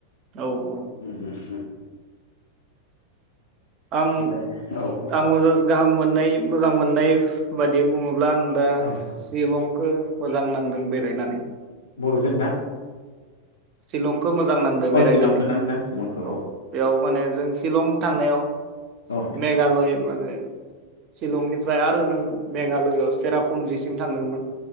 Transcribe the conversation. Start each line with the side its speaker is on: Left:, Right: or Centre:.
Right: औ औ
Left: उम हुम हु
Right: आं
Left: दे ओमफ्राय औ नोंथां
Right: आं मोजाज गाहाम मोननाय मोजां मोननाय फ बायदि बुङो ब्ला आं दा
Left: औ नोंथां
Right: सिलंखो मोजां नांदों बेरायनानै
Left: बबेखो नोंथां?
Right: सिलं खो मोजां नांदो बेरायनानै
Left: औ शिलंखौ ना नोंथां शिलंखौ
Right: औ बेयाव माने जों सिलं थांनायाव
Left: औ
Right: मेघालय माने सिलंनिफ्राय आरो जों मेघालयआव सेरापुन्जिसिम थांदोंमोन